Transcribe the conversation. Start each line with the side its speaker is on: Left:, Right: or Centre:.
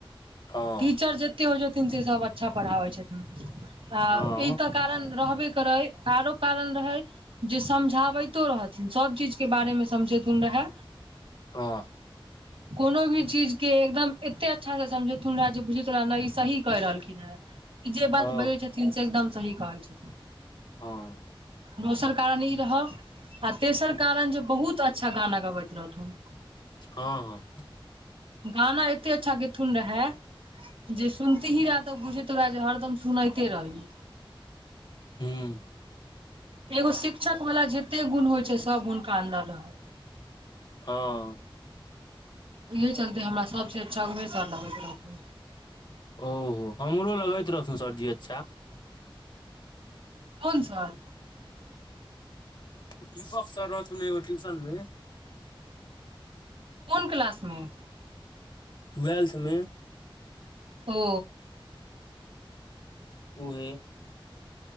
Left: हँ
Right: टीचर जत्ते होय छथिन से सब अच्छा पढ़ाबै छथिन आ
Left: हँ
Right: एहि तऽ कारण रहबे करै आरो कारण रहै। जे समझाबैतो रहथिन सभ चीजके बारे में समझैतुन रहे।
Left: हँ
Right: कोनो भी चीज के एकदम एत्ते अच्छा सऽ समझेथुन राज जे बुझी तोरा अंदर ई सही कैह रहलखिन हऽ। ई जे बात
Left: हँ
Right: बजै छथिन से एकदम सही कहै छथिन।
Left: हँ।
Right: दोसर कारण ई रहौ आ तेसर कारण जे बहुत अच्छा गाना गबैत रहथुन।
Left: हँ-हँ।
Right: गाना एते अच्छा गेथुन रहे। जे सुनती ही रहा तो बुझैतो तोरा जे हरदम सुनैते रही।
Left: हूं।
Right: एगो शिक्षक वला जत्ते गुण होइ छै सब हुनका अन्दर रहै।
Left: हँ।
Right: उहे चलते हमरा सबसे अच्छा उहे सर लगैत रहथुन।
Left: ओ हमरो लगैत रहथुन सर जी अच्छा।
Right: कोन सर?
Left: दीपक सर रहथुन एगो ट्यूशन में।
Right: कोन क्लास में?
Left: टुएल्थ में।
Right: ओ।
Left: उहे